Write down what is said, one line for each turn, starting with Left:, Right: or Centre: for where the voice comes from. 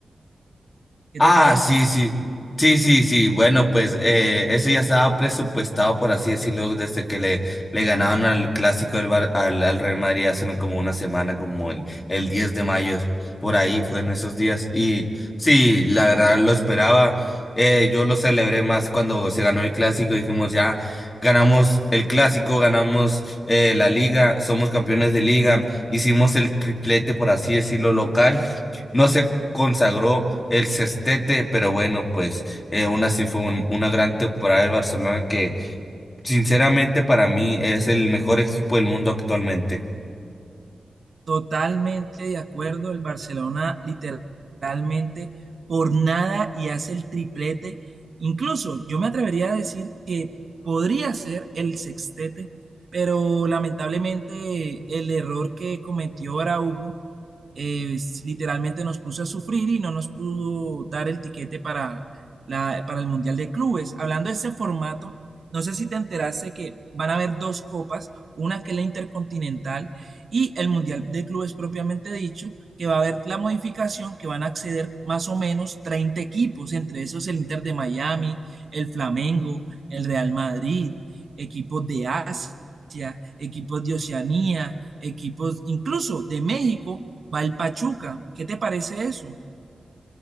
Right: ¿Qué
Left: Ah,
Right: te parece?
Left: sí, sí. Sí, sí, sí. Bueno, pues eh, eso ya estaba presupuestado, por así decirlo, desde que le, le ganaron al clásico del Bar- al, al Real Madrid hace como una semana, como el, el 10 de mayo, por ahí fueron esos días. Y sí, la verdad lo esperaba. Eh, yo lo celebré más cuando se ganó el clásico. Dijimos, ya ganamos el clásico, ganamos eh, la liga, somos campeones de liga, hicimos el triplete, por así decirlo, local. No se consagró el sextete, pero bueno, pues eh, aún así fue un- una gran temporada del Barcelona que sinceramente para mí es el mejor equipo del mundo actualmente.
Right: Totalmente de acuerdo, el Barcelona literalmente por nada y hace el triplete. Incluso yo me atrevería a decir que podría ser el sextete, pero lamentablemente el error que cometió Araujo eh, s- literalmente nos puso a sufrir y no nos pudo dar el tiquete para, la, para el Mundial de Clubes. Hablando de ese formato, no sé si te enteraste que van a haber dos copas, una que es la Intercontinental y el Mundial de Clubes propiamente dicho, que va a haber la modificación que van a acceder más o menos 30 equipos, entre esos el Inter de Miami, el Flamengo, el Real Madrid, equipos de Asia, equipos de Oceanía, equipos incluso de México, va el Pachuca. ¿Qué te parece eso?